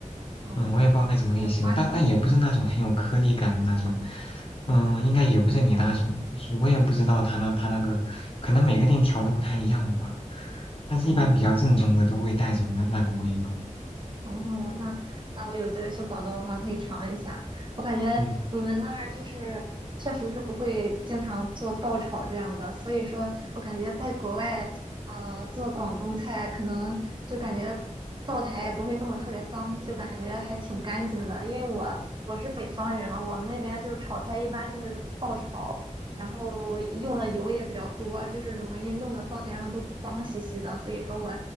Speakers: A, on the right; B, on the left.
A: 哦，
B: 嗯，我也不知道该怎么给你形容，
A: 只有花香味儿
B: 但但也不是那种很有颗粒感的那种。嗯，应该也不是你那种，是我也不知道他那他那个，可能每个店调的不太一样吧。但是一般比较正宗的都会带着那那个味道。
A: 哦，哦，那那我有机会去广东的话，可以尝一下。我感觉你们那儿就是确实是不会经常做爆炒这样的，
B: 嗯。
A: 所以说我感觉在国外，呃，做广东菜可能就感觉灶台也不会弄得特别脏，就感觉还挺干净的。因为我我是北方人嘛，我们那边就是炒菜一般就是爆炒，然后用的油也比较多，就是容易弄得灶台上都脏兮兮的。所以说我